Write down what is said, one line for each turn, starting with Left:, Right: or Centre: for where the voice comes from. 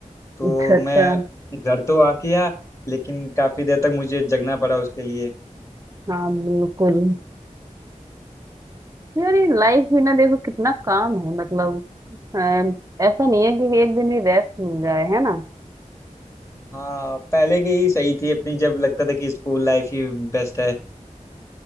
Left: तो
Right: अच्छा अच्छा
Left: मैं घर तो आ गया लेकिन काफ़ी देर तक मुझे जगना पड़ा उसके लिए
Right: हाँ बिल्कुल यार ये लाइफ भी ना देखो कितना काम है मतलब अ, ऐसा नहीं है कि एक दिन भी रेस्ट मिल जाए है ना
Left: हाँ पहले की ही सही थी अपनी जब लगता था कि स्कूल लाइफ ही बेस्ट है